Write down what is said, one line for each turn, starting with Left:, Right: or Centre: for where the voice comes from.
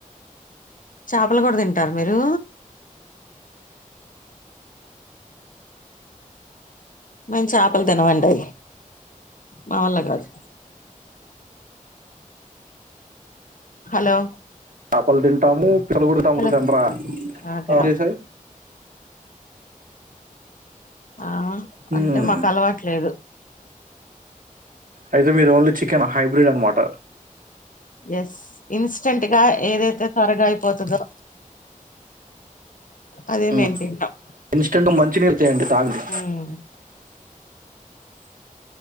Left: చాపలు కూడా తింటారు మీరు మేము చేపలు తినమండి మావల్లా కాదు హలో
Right: చాపల్ తిను కుట్టాము పిల్లగొడతాముటండరా
Left: హలో ఆ తినం
Right: చేసాయి
Left: ఆ
Right: హ్మ్
Left: అంటే మాకు అలవాట్లేదు
Right: అయితే మీరు ఓన్లీ చికెన్ హైబ్రిడ్ అనమాటా
Left: ఎస్ ఇన్స్టంట్ గా ఏదైతే త్వరగా అయిపోతదో అదే
Right: ఉ
Left: మేము తింటాం
Right: ఇన్స్టెంట్ మంచినీరు తాయండి తాగుది
Left: ఉమ్.